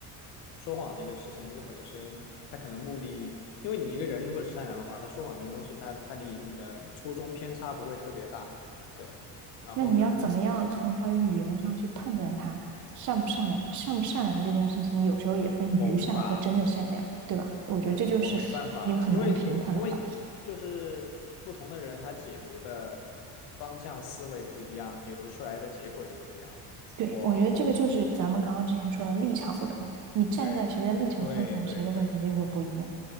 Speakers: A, on the left (about 85°); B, on the right (about 50°).
A: 说谎这个事情，这个本身他可能目的，因为你一个人如果是善良的话，他说谎这个东西，他他离你的初衷偏差不会特别大，对。然后呢，
B: 那你要怎么样从他的语言上去判断他善不善良？善不善良这件事情，有时候也分愚善和真的善良，
A: 我无法，
B: 对吧？我觉得这就是一个很难评判的话题。
A: 嗯，我没办法，因为因因为就是不同的人他解读的方向思维不一样，解读出来的结果也是不一样的。
B: 对，
A: 我我
B: 我觉得这个就是咱们刚刚之前说的立场不同，
A: 嗯，
B: 你站在谁的立场上讲谁的问题就会不一样。
A: 对对对对